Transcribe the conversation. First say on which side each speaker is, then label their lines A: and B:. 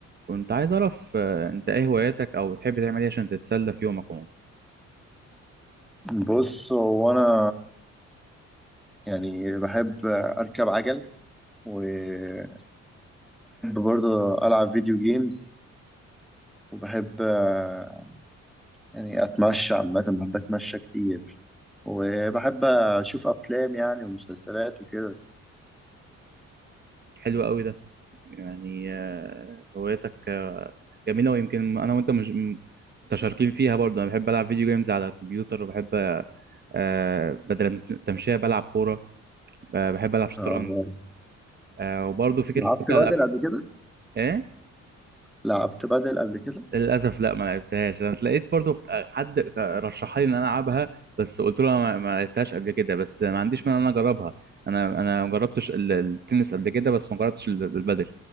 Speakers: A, on the right; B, in the centre.
A: كنت عايز اعرف آه، انت ايه هواياتك او بتحب تعمل ايه عشان تتسلى في يومك عموما
B: بص هو انا يعني بحب اركب عجل وبحب برضه العب فيديو جيمز وبحب آه، يعني اتمشى عامه بحب اتمشى كتير وبحب اشوف افلام يعني ومسلسلات وكده
A: حلو قوي ده يعني آه، هواياتك آه، جميله ويمكن انا وانت مش م- متشاركين فيها برضه انا بحب العب فيديو جيمز على الكمبيوتر وبحب آه، بدل التمشيه بلعب كوره آه، بحب العب شطرنج
B: آه،
A: آه، وبرضه فكره
B: لعبت
A: الفرجه
B: بدل
A: على الافلام
B: قبل كده
A: ايه
B: لعبت بدل قبل كده
A: للاسف لا ما لعبتهاش انا اتلاقيت برضو حد رشحها لي ان انا العبها بس قلت له أنا ما ما لعبتهاش قبل كده بس ما عنديش مانع ان انا اجربها انا انا ما جربتش ال- التنس قبل كده بس ما جربتش ال- البادل